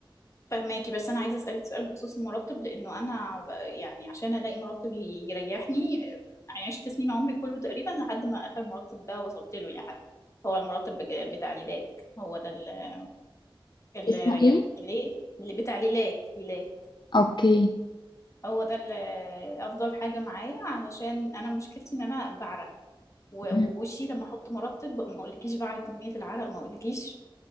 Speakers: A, on the left (about 35°); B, on the left (about 55°).
A: فهماكي بس انا عايزه اسالك سؤال بخصوص المرتب لانه انا ب- يعني عشان الاقي مرتب ي- يريحني آه، عشت سنين عمري كله تقريبا لحد ما اخر مرتب ده وصلت له يعني هو المرتب بج- بتاع ليلاك هو ده ال- اللي
B: اسمه
A: ريحني
B: ايه
A: ليه اللي بتاع ليلاك ليلاك
B: اوكي
A: هو ده اللي افضل حاجه معايا علشان انا مشكلتي ان انا بعرق و-
B: مهم.
A: ووشي لما احط مرطب ما اقولكيش بعرق كميه العرق ما اقولكيش